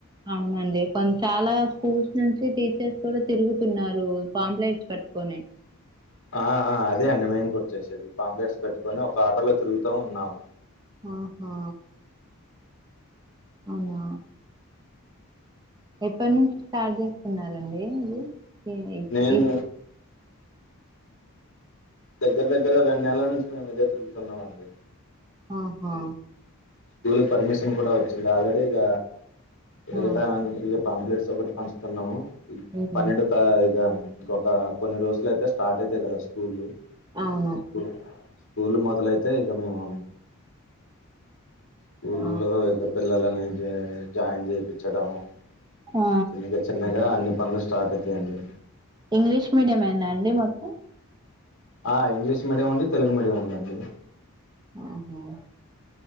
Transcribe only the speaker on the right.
అవునండి కొ చాలా స్కూల్స్ నుంచి టీచర్స్ కూడా తిరుగుతున్నారు పాంప్లేట్స్ పట్టుకొని
ఆహా అవునా ఎప్పటి నుంచి స్టార్ట్ చేస్తున్నారండి ఇది ఈ
ఈ
ఆహా
ఆ
ఉహు
అవును
ఆ
ఆ
ఇంగ్లీష్ మీడియం ఏనా అండి మొత్తం
ఆహ